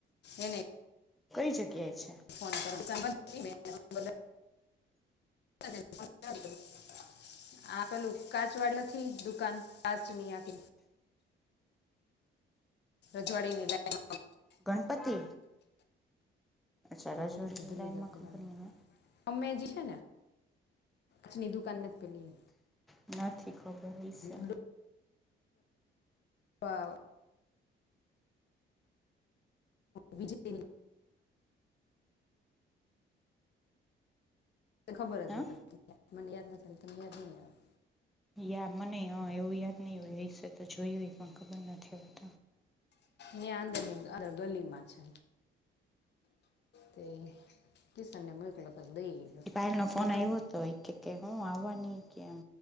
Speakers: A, on the left; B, in the centre.
A: એ ન.
B: કઈ જગ્યાએ છે.
A: ફ <unintelligible> આ પેલું કાચ વાડી નથી દુકાન કાચમની આપી. રજવાડી ની લાય.
B: ગણપતિ અચ્છા રાજઆરી
A: હું તો ભૂલી જાઉં દેવાનું
B: ખબર નને.
A: અમે જે છે નેની દુકાન નથી પેલીએ.
B: નથીથી કબર વીષે.
A: ડો- તો. વિજય. ખબર જ
B: હા
A: હોય પણ મને યાદ ના ચ તમને યાદ નહીં આવે.
B: યા મને એવું યાદ નહી હોય એ વિશે તો જોયું પણ ખબર નથી હોત.
A: ગયા અંદર ની અંદર ગલીમાં છે તે. ક સાન્યામ ક પ દઈ. ગયો
B: એ પાયલ નો ફોન
A: એ તો
B: આવ્યો હતો કે હું આવવા ન કેમ.